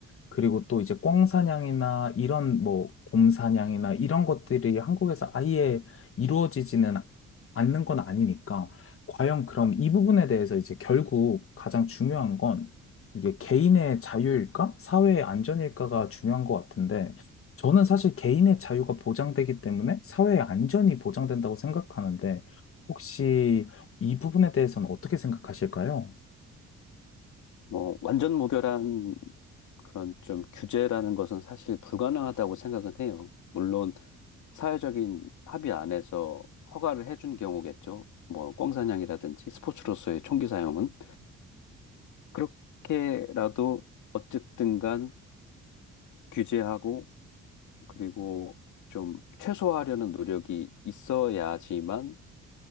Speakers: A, on the left; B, on the left.
A: 그리고 또 이제 꿩사냥이나 이런 뭐 곰사냥이나 이런 것들이 한국에서 아예 이루어지지는 않는 건 아니니까 과연 그럼 이 부분에 대해서 이제 결국 가장 중요한 건 이게 개인의 자유일까? 사회의 안전일까가 중요한 것 같은데 저는 사실 개인의 자유가 보장되기 때문에 사회의 안전이 보장된다고 생각하는데 혹시 이 부분에 대해서는 어떻게 생각하실까요?
B: 뭐, 완전 무결한 그런 좀 규제라는 것은 사실 불가능하다고 생각은 해요. 물론, 사회적인 합의 안에서 허가를 해준 경우겠죠. 뭐, 꽝사냥이라든지 스포츠로서의 총기 사용은. 그렇게라도 어쨌든 간 규제하고, 그리고 좀 최소화하려는 노력이 있어야지만